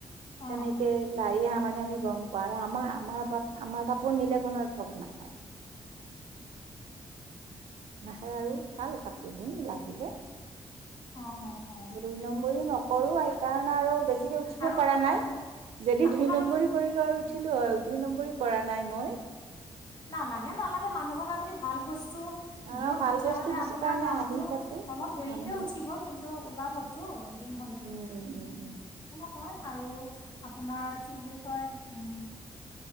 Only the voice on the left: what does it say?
অঁ
<inaudible>
অঁ অঁ অঁ
আৰু
আপো
আপোনালোকে
নালাগে নালাগে মানুহক আপুনি ভাল বস্তু -
দিয়ক
তেতিয়াহলে
আপোনাৰ
নামটো
অলপ দেৰিকে
উঠিব কিন্তু ওলাবতো এদিন -
হয় আৰু আপোনাৰ কি বোলি কয় উ, -